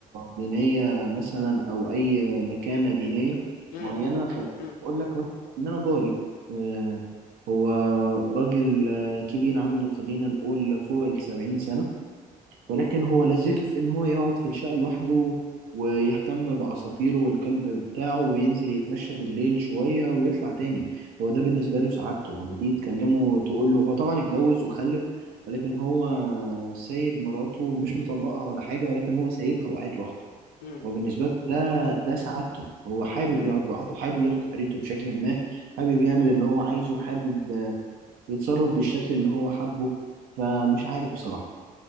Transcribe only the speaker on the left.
م-
م-
م-